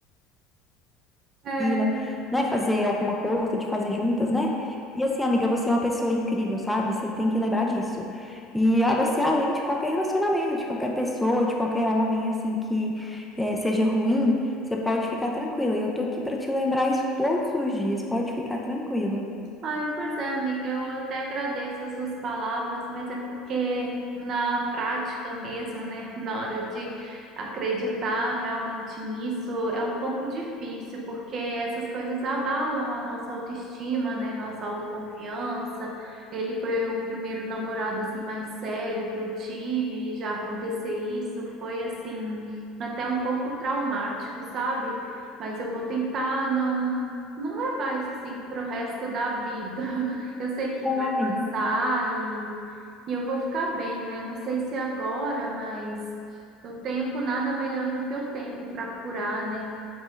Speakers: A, on the right; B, in the centre.
A: É.
B: mochila, né? Fazer alguma coisa, de fazer juntas, né? E assim, amiga, você é uma pessoa incrível, sabe? Você tem que lembrar disso. E ah, você, é além de qualquer relacionamento, de qualquer pessoa, de qualquer homem, assim, que eh, seja ruim, você pode ficar tranquila. E eu tô aqui pra te lembrar isso todos os dias, pode ficar tranquila.
A: Ai, pois é, amiga, eu até agradeço as suas palavras, mas é porque na prática mesmo, né, na hora de acreditar realmente nisso, é um pouco difícil, porque essas coisas abalam a nossa autoestima, né, nossa autoconfiança. Ele foi o primeiro namorado assim mais sério que eu tive e já acontecer isso foi assim até um pouco traumático, sabe? Mas eu vou tentar não não levar isso assim pro resto da vida. <laughs> Eu sei que
B: É,
A: vai
B: amiga.
A: passar e, e eu vou ficar bem, né? Não sei se agora, mas o tempo nada melhor do que o tempo para curar, né?